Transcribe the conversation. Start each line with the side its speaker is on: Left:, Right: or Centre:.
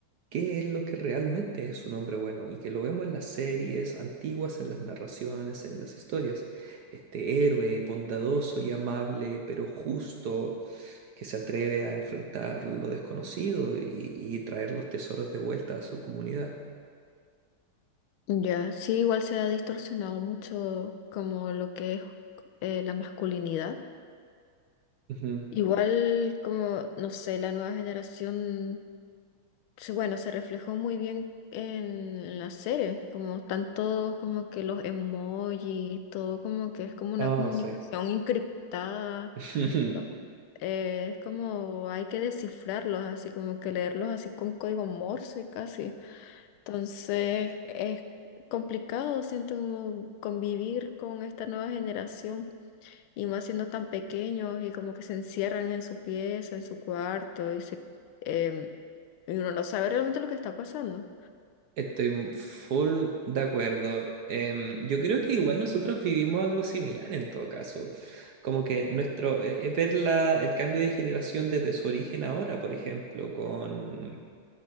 Right: qué es lo que realmente es un hombre bueno y que lo vemos en las series antiguas, en las narraciones, en las historias. Este héroe bondadoso y amable, pero justo, que se atreve a enfrentar lo desconocido y, y traer los tesoros de vuelta a su comunidad.
Left: Ya, sí, igual se ha distorsionado mucho como lo que es eh, la masculinidad.
Right: Ujú.
Left: Igual como, no sé, la nueva generación, se- bueno, se reflejó muy bien en las series, como tanto como que los emojis, todo como que es como una
Right: Ah,
Left: comunicación
Right: sí.
Left: encriptada,
Right: <laughs>
Left: como- eh, es como hay que descifrarlos, así como que leerlos así con código Morse casi. Entonces es complicado, siento como convivir con esta nueva generación y más siendo tan pequeños y como que se encierran en su pieza, en su cuarto y se em, y uno no sabe realmente lo que está pasando.
Right: Estoy full de acuerdo. Em, yo creo que igual nosotros vivimos algo similar en todo caso. Como que nuestro, eh, eh, ver la, el cambio de generación desde su origen ahora, por ejemplo, con